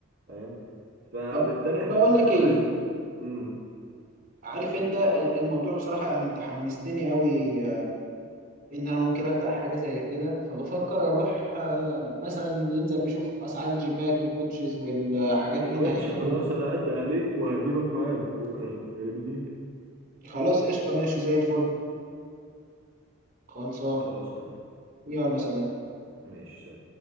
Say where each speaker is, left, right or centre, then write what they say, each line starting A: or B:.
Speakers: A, on the right (about 65°); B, on the right (about 45°).
A: فاهم فبالتالي
B: طب ب- بقول
A: ح-
B: لك
A: انا
B: ايه
A: عايز امم
B: عارف انت آه، الموضوع بصراحة يعني انت حمستني قوي ان انا ممكن ابدا حاجه زي كده فبفكر اروح آه، مثلا ننزل نشوف اسعار الجيمات والكوتشز والحاجات
A: يا
B: مين
A: باشا
B: هيهتم
A: خلاص انا هعدي عليك وهجيبك معايا بكره انت فاهمني
B: خلاص قشطه ماشي زي الفل خلصان
A: خلاص تمام
B: يلا سلام
A: ماشي سلام